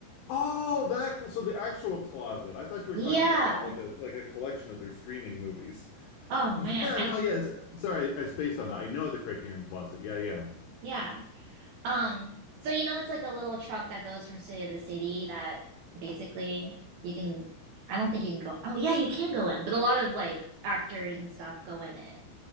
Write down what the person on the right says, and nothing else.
Yeah.
Oh
man, I
don't.
Yeah. Um, so you know, it's like a little truck that goes from city to city that basically you can, I don't think you can go, oh yeah, you can go in, but a lot of like actors and stuff go in it